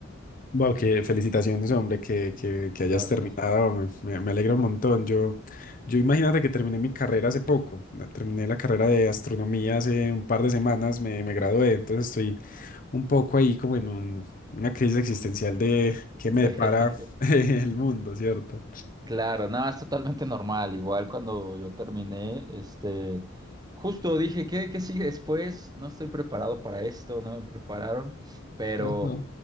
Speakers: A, on the left; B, on the right.
A: Wow, que felicitaciones, hombre, que, que, que hayas
B: Gracias.
A: terminado, me, me, me alegra un montón. Yo, yo imagínate que terminé mi carrera hace poco, ¿no? terminé la carrera de astronomía hace un par de semanas, me, me gradué, entonces estoy un poco ahí como en un- una crisis existencial de qué
B: <laughs>
A: me depara <laughs> el mundo, ¿cierto?
B: Claro, nada, es totalmente normal. Igual cuando yo terminé, este, justo dije, ¿qué, qué sigue después? No estoy preparado para esto, no me prepararon, pero
A: Ajá.